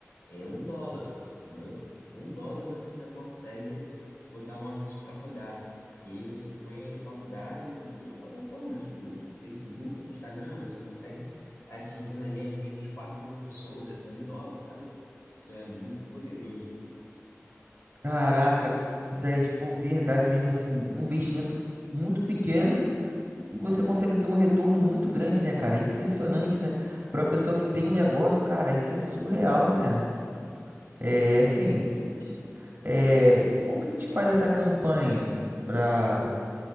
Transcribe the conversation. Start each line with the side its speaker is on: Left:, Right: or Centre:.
Left: é um dólar, entendeu? Com um dólar você já consegue botar um anúncio para rodar. E aí você põe ele para rodar em duas plataformas, tipo Facebook e Instagram. Você consegue tá atingindo ali às vezes 4 mil pessoas com um dólar, sabe? Isso é muito poderoso.
Right: Caraca, Isaías, por verdade mesmo, assim, um investimento muito pequeno E você consegue ter um retorno muito grande, né, cara? É impressionante, né? Para uma pessoa que tem um negócio, cara, isso é surreal, né? É assim,
Left: Exatamente.
Right: é... como que a gente faz essa campanha para